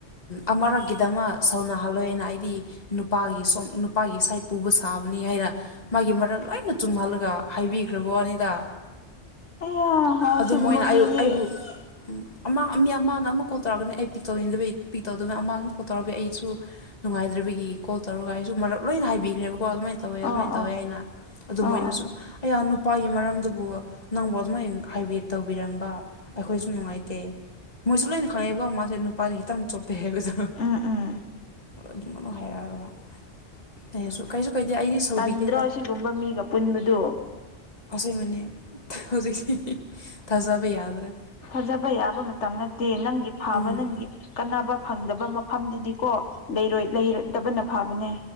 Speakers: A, on the left; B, on the left.
A: ꯑꯃꯔꯛꯀꯤꯗꯃꯛ ꯁꯥꯎꯅꯍꯜꯂꯣꯏꯅ ꯑꯩꯗꯤ ꯅꯨꯄꯥꯒꯤ ꯁꯣꯝ ꯅꯨꯄꯥꯒꯤ ꯁꯥꯏꯠ ꯄꯨꯕ ꯁꯥꯕꯅꯤ ꯍꯥꯏꯅ ꯃꯥꯒꯤ ꯃꯔꯥꯜ ꯂꯣꯏꯅ ꯆꯨꯝꯍꯜꯂꯒ ꯍꯥꯏꯕꯤꯈ꯭ꯔꯕ ꯋꯥꯅꯤꯗ
B: ꯑꯩꯌꯥ
A: ꯑꯗꯨ
B: ꯁꯤꯒꯨꯝꯕ
A: ꯃꯣꯏꯅ
B: ꯃꯤꯁꯦ
A: ꯑꯩꯕꯨ ꯑꯩꯕꯨ ꯑꯃ ꯃꯤ ꯑꯃꯅ ꯑꯃꯨꯛ ꯀꯣꯜ ꯇꯧꯔꯛꯀꯅꯤ ꯑꯩ ꯄꯤꯛꯇꯧꯅꯤꯗꯕꯩ ꯑꯩ ꯄꯤꯛ ꯇꯧꯗꯕꯅ ꯑꯃꯅ ꯀꯣ ꯇꯧꯔꯛꯄꯩ ꯑꯩꯁꯨ ꯅꯨꯡꯉꯥꯏꯗ꯭ꯔꯕꯒꯤ ꯀꯣꯜ ꯇꯧꯔꯒ ꯑꯩꯁꯨ ꯃꯔꯛ ꯂꯣꯏꯅ ꯍꯥꯏꯕꯤꯈ꯭ꯔꯦꯕꯀꯣ ꯑꯗꯨꯃꯥꯏꯅ ꯇꯧꯋꯦ
B: ꯑꯥ
A: ꯑꯗꯨꯃꯥꯏꯅ ꯇꯧꯋꯦ
B: ꯑꯥ
A: ꯍꯥꯏꯅ ꯑꯗꯨ
B: ꯑꯥ
A: ꯃꯣꯏꯅꯁꯨ
B: ꯑꯥ
A: ꯑꯩꯌꯥ ꯅꯨꯄꯥꯒꯤ ꯃꯔꯝꯗꯕꯨ ꯅꯪꯕꯨ ꯑꯗꯨꯃꯥꯏꯅ ꯍꯥꯏꯕꯤ ꯇꯧꯕꯤꯔꯝꯕ ꯑꯩꯈꯣꯏꯁꯨ ꯅꯨꯡꯉꯥꯏꯇꯦ ꯃꯣꯏꯁꯨ ꯂꯣꯏꯅ ꯈꯪꯉꯦꯀꯣ ꯃꯥꯁꯦ ꯅꯨꯄꯥꯗ ꯈꯤꯇꯪ ꯆꯣꯄ ꯍꯥꯏꯕꯗꯣ
B: ꯎꯝ ꯎꯝ
A: ꯑꯗꯨꯃꯛꯅ ꯍꯥꯏꯔꯛꯑꯒ ꯃꯥ ꯑꯩꯅꯁꯨ ꯀꯩꯁꯨ ꯀꯩꯗꯦ ꯑꯩꯗꯤ ꯁꯧꯕꯤꯗꯦꯗ
B: ꯇꯟꯗ꯭ꯔꯣ ꯑꯁꯤꯒꯨꯝꯕ ꯃꯤꯒ ꯄꯨꯟꯕꯗꯨ
A: ꯑꯁꯦꯡꯕꯅꯦ ꯍꯧꯖꯤꯛ ꯊꯥꯖꯕ ꯌꯥꯗ꯭ꯔꯦ
B: ꯊꯖꯥꯕ ꯌꯥꯕ ꯃꯇꯝ ꯅꯠꯇꯦ ꯅꯪꯒꯤ ꯐꯥꯕ
A: ꯎꯝ
B: ꯅꯪꯒꯤ ꯀꯥꯟꯅꯕ ꯐꯪꯗꯕ ꯃꯐꯝꯗꯗꯤꯀꯣ ꯂꯩꯔꯣꯏ ꯂꯩꯔꯗꯕꯅ ꯐꯥꯕꯅꯦ